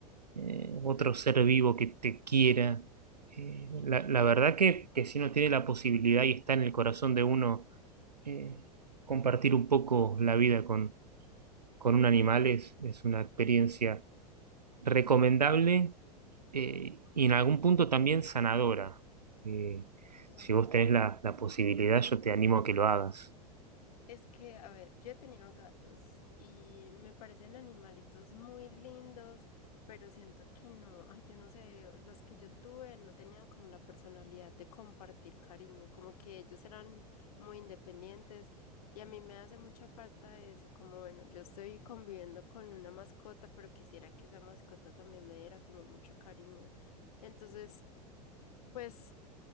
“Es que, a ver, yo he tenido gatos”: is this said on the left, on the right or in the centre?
Left